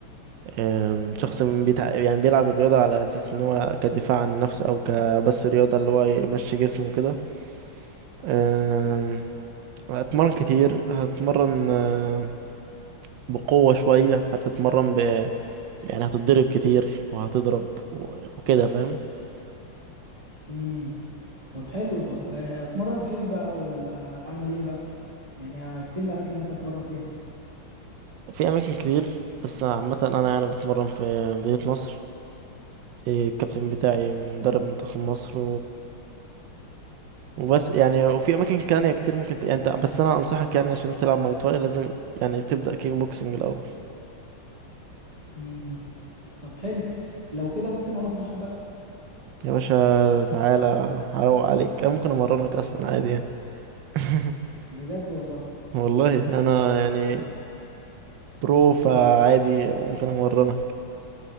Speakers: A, on the right; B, on the right.
A: أم، شخص من بيتع... يعني بيلعب الرياضة على أساس إن هو كدفاع عن النفس أو كبس رياضة اللي هو يمشي جسمه كده أم، هتتمرن كتير هتتمرن أم، بقوة شوية هتتمرن ب... يعني هتتضرب كتير وهتضرب و... وكده فاهم
B: امم طب حلو طب آه، اتمرن فين بقى ولا اعمل ايه بقى يعني آه، فين الاماكن اللي ممكن اتمرن فيها
A: في أماكن كتير بس عامة أنا يعني بتمرن في مدينة نصر إيه، الكابتن بتاعي مدرب منتخب مصر وبس يعني وفي اماكن تانية كتير ممكن ت... يعني انت بس انا انصحك يعني عشان تلعب ماي تواي لازم يعني تبدا كيك بوكسنج الاول
B: امم طب حلو لو كده ممكن اروح معاك بقى
A: يا باشا تعالى هروق عليك انا ممكن امرنك اصلا عادي يعني <laughs>
B: بجد والله
A: والله انا يعني
B: طب
A: برو فعادي
B: امم
A: ممكن امرنك